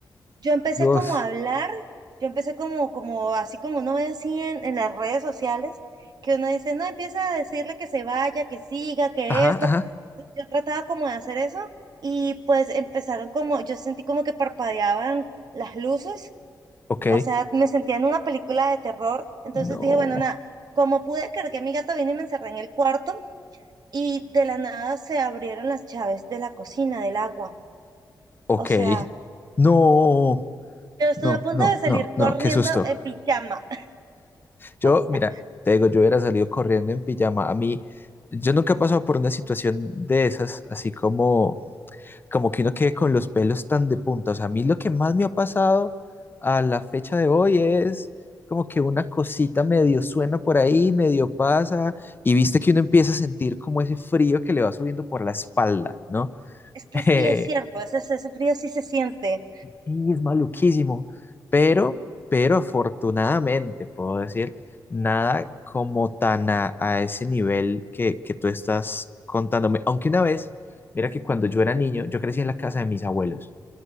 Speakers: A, on the right; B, on the left.
A: yo empecé
B: Dios.
A: como a hablar, yo empecé como, como así como uno ve así en, en las redes sociales, que uno dice, no, empieza a decirle que se vaya, que siga, que
B: Ajá,
A: esto.
B: ajá.
A: Yo trataba como de hacer eso y pues empezaron como, yo sentí como que parpadeaban las luces,
B: Ok.
A: o sea, me sentía en una película de terror, entonces
B: No.
A: dije, bueno, nada, como pude, cargué a mi gato, vine y me encerré en el cuarto y de la nada se abrieron las llaves de la cocina, del agua,
B: Ok.
A: o sea...
B: No.
A: Yo estuve
B: No,
A: a punto
B: no,
A: de salir
B: no,
A: corriendo
B: no. Qué susto.
A: en pijama. <laughs>
B: Yo,
A: O sea,
B: mira, te digo, yo hubiera salido corriendo en pijama. A mí, yo nunca he pasado por una situación de esas, así como como que uno quede con los pelos tan de punta. O sea, a mí lo que más me ha pasado a la fecha de hoy es como que una cosita medio suena por ahí, medio pasa, y viste que uno empieza a sentir como ese frío que le va subiendo por la espalda, ¿no?
A: es que
B: <laughs>
A: sí es cierto, ese, ese frío sí se siente.
B: Sí, es maluquísimo. Pero, pero afortunadamente, puedo decir, nada como tan a, a ese nivel que, que tú estás contándome. Aunque una vez, mira que cuando yo era niño, yo crecí en la casa de mis abuelos.